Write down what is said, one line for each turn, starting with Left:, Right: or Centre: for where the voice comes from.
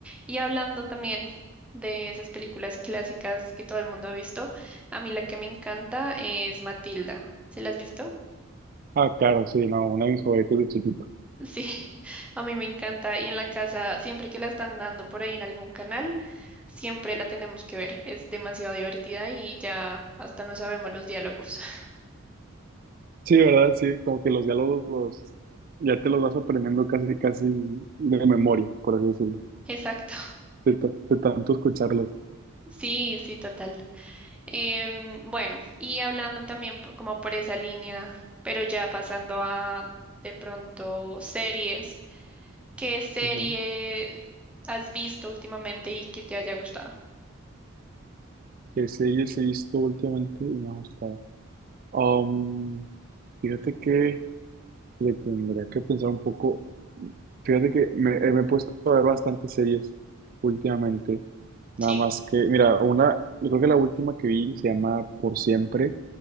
Centre: Y hablando también de esas películas clásicas que todo el mundo ha visto, a mí la que me encanta es Matilda. ¿Se la has visto?
Right: Ah, claro, sí, no, una de mis favoritas de chiquito
Centre: Sí, <laughs> a mí me encanta. Y en la casa, siempre que la están dando por ahí en algún canal, siempre la tenemos que ver. Es demasiado divertida y ya hasta no sabemos los diálogos. <laughs>
Right: Sí, ¿verdad? Sí, como que los diálogos los, ya te los vas aprendiendo casi, casi de memoria, por así decirlo,
Centre: Exacto.
Right: de, ta- de tanto escucharlos.
Centre: Sí, sí, total. Em, bueno, y hablando también p- como por esa línea, pero ya pasando a de pronto series, ¿qué serie
Right: Ujú.
Centre: has visto últimamente y que te haya gustado?
Right: Que series he visto últimamente y me ha gustado. Um, fíjate que le tendría que pensar un poco. Fíjate que me, eh, me he puesto a ver bastantes series últimamente. Nada
Centre: Sí,
Right: más que, mira, una, yo creo que la última que vi se llama Por Siempre.